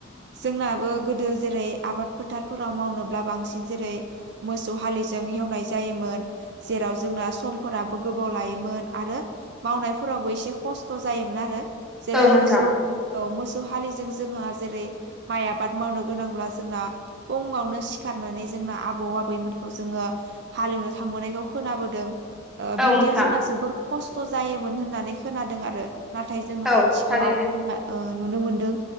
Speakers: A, on the right; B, in the centre.
A: जोंनाबो गोदो जेरै आबाद फोथारफोर राव मावनोब्ला बांसिन जेरै मोसौ हालिजों एवनाय जायोमोन जेराव जोंना समफोराबो गोबाव लायोमोन आरो मावनायफोरावबो एसे खस्थ' जायोमोन आरो। जेरै
B: औ नोंथां
A: मोसौ औ मोसौ हालिजों जोंहा जेरै माइ आबाद। बाद मावनो गोनांब्ला जोंना फुङावनो सिखारनानै जोंना आबौ आबैमोना खौ जोङो हालेवनो थांबोनायखौ खोनाबोदों
B: औ
A: बिब्दियाव
B: नोंथां
A: जोंना जोबोर खस्थ' जायोमोन होननानै खोनादों आरो। नाथाय जोंङो
B: औ
A: आथिखालाव
B: थारैनो
A: ओ नुनो मोनदों